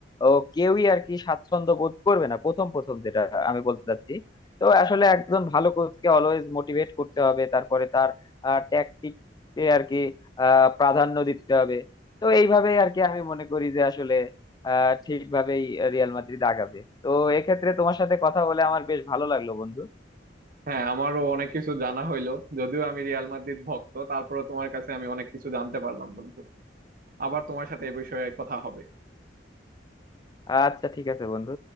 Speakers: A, on the left (about 25°); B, on the right (about 55°).
A: ও, কেউই আর কি স্বাচ্ছন্দ্য বোধ করবে না প্রথম প্রথম যেটা আমি বলতে চাচ্ছি তো আসলে একজন ভালো কোচকে অলওয়েজ মোটিভেট করতে হবে তারপরে তার ট্যাকটিক আর কি আহ, প্রাধান্য দিতে হবে তো এইভাবেই আর কি আমি মনে করি যে আসলে আহ ঠিকভাবেই রিয়াল মাদ্রিদ আগাবে তো এক্ষেত্রে তোমার সাথে কথা বলে আমার বেশ ভালো লাগলো বন্ধু
B: হ্যাঁ আমারও অনেক কিছু জানা হইলো যদিও আমি রিয়াল মাদ্রিদ ভক্ত তারপরেও তোমার কাছে আমি অনেক কিছু জানতে পারলাম বন্ধু আবার তোমার সাথে এ বিষয়ে কথা হবে।
A: আচ্ছা ঠিক আছে বন্ধু